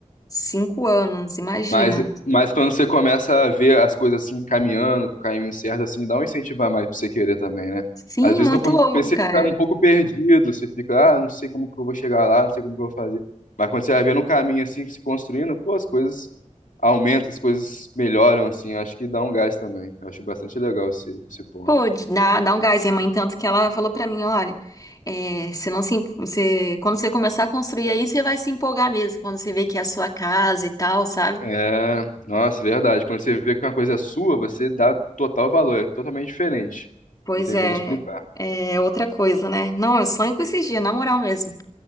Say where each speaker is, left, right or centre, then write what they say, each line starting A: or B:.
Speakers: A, on the left; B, on the left.
A: Cinco anos, imagina.
B: Mas, mas quando você começa a ver as coisas assim caminhando, pro caminho certo, assim, dá um incentivo a mais pra você querer também, né?
A: Sim,
B: Às vezes
A: muito
B: no começo
A: louco,
B: você
A: cara.
B: fica um pouco perdido, você fica, ah, não sei como que eu vou chegar lá, não sei como que eu vou fazer. Mas quando você vai vendo um caminho assim se construindo, pô, as coisas aumentam, as coisas melhoram, assim, acho que dá um gás também. Eu acho bastante legal esse, esse ponto.
A: Pô, de- dá, dá um gás. Minha mãe, tanto que ela falou pra mim, olha, é, você não se, em- você, quando você começar a construir aí, você vai se empolgar mesmo, quando você vê que é a sua casa e tal, sabe?
B: É, nossa, verdade. Quando você vê que uma coisa é sua, você dá total valor, é totalmente diferente.
A: Pois
B: Não tem
A: é,
B: como explicar.
A: é outra coisa, né? Não, eu sonho com esses dias, na moral mesmo.